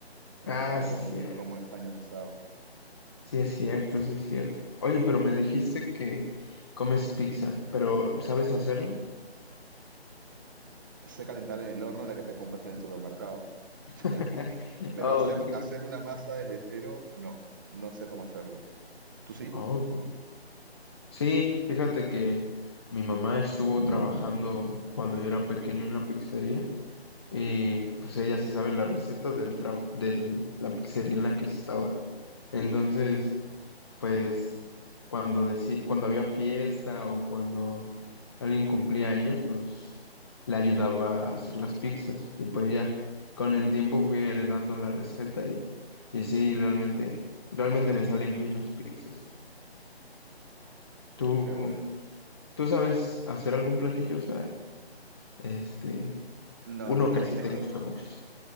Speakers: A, on the right (about 20°); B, on the left (about 25°).
A: Está
B: ah,
A: todo
B: sí, sí,
A: muy
B: eh,
A: como españolizado.
B: sí es cierto, sí es cierto. Oye, pero me dijiste que comes pizza, pero ¿sabes hacerla?
A: Sé calentar en el horno la que te compras en el supermercado. <laughs>
B: <laughs>
A: Pero
B: Ok.
A: hacer, hacer una masa desde cero, no, no sé cómo hacerlo. ¿Tú sí?
B: Ok. Sí, fíjate que mi mamá estuvo trabajando cuando yo era pequeño en una pizzería y pues ella se sabe la receta del tra de la pizzería en la que estaba. Entonces, pues cuando decí- cuando había fiesta o cuando alguien cumplía años, pues le ayudaba a hacer las pizzas y pues ya con el tiempo fui heredando la receta y, y sí, realmente, realmente me salen bien las pizzas. ¿Tú?
A: Qué bueno.
B: ¿Tú sabes hacer algún platillo? O sea, este,
A: No,
B: uno
A: no tengo,
B: que así
A: es
B: te
A: que
B: gusta muchísimo.